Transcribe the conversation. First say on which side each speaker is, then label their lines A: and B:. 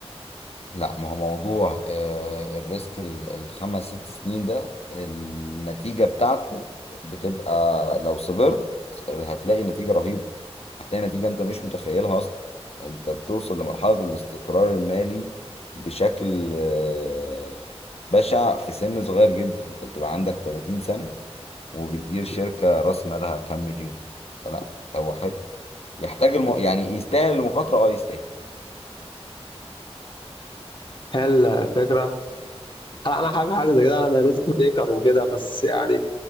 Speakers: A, on the left (about 70°); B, on the left (about 50°).
A: لا ما هو موضوع آه، الريسك ال- الخمس ست سنين ده النتيجة بتاعته بتبقى لو صبرت هتلاقي نتيجة رهيبة هتلاقي نتيجة انت مش متخيلها اصلا انت بتوصل لمرحلة الاستقرار المالي بشكل آه، بشع في سن صغير جدا انت بتبقى عندك 30 سنة وبتدير شركة راس مالها كام مليون فلا هو حلو يحتاج الم... يعني يستاهل المخاطرة اه يستاهل
B: هي الفكره هل انا حابب حاجه زي كده انا ريسك تيكر وكده بس يعني